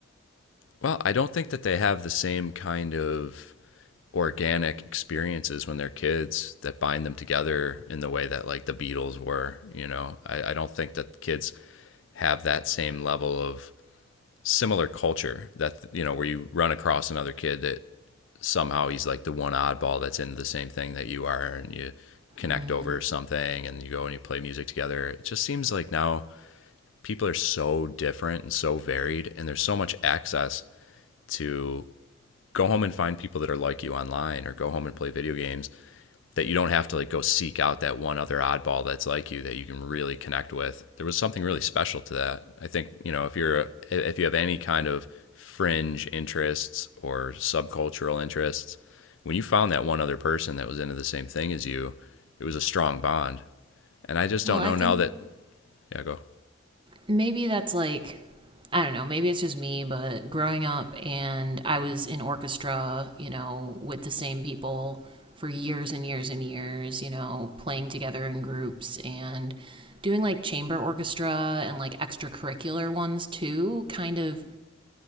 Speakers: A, on the left (about 70°); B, on the right (about 25°).
A: Well, I don't think that they have the same kind of organic experiences when they're kids that bind them together in the way that like the Beatles were, you know. I, I don't think that kids have that same level of similar culture that you know where you run across another kid that somehow he's like the one oddball that's into the same thing that you are and you connect
B: Mm.
A: over something and you go and you play music together. It just seems like now people are so different and so varied and there's so much access to go home and find people that are like you online or go home and play video games that you don't have to like go seek out that one other oddball that's like you that you can really connect with. There was something really special to that. I think, you know, if you're if you have any kind of fringe interests or subcultural interests, when you found that one other person that was into the same thing as you, it was a strong bond. And I just
B: Well,
A: don't
B: I
A: know
B: think
A: now that yeah, go.
B: maybe that's like I don't know, maybe it's just me, but growing up and I was in orchestra, you know, with the same people for years and years and years, you know, playing together in groups and doing like chamber orchestra and like extracurricular ones too, kind of